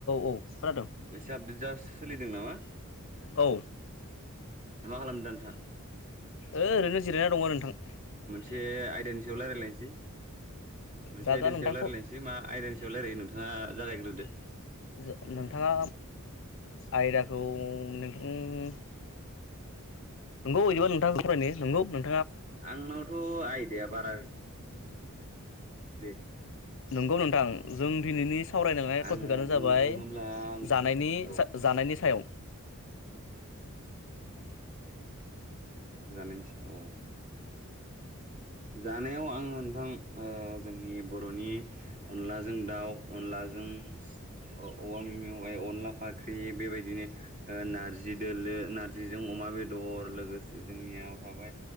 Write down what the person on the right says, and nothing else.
एसे आपडेट जास सोलिदों नामा
मा खालामदों नोंथाङा
से आयदानि सायाव राय लायलायनसै मोनसे
आयदानि
सायाव रायलायलानसै मा आयदानि सायाव रायलायो नोंथाङा जागायग्रो दो
आंनावथ' आयदाया बारा दे
आङो
बुंनो
थाङोब्ला ओंख्रि
औ
जानायनि सायाव औ जानायाव आङो नोंथां ओ जोंनि बर'नि अनलाजों दाउ अनलाजों अ औवा मे मेवाइ अनला फाख्रि बेबायदिनो ओ नारजि दोलो नारजिजों अमा बेदर लोगोसे जोंनियाव थाबाय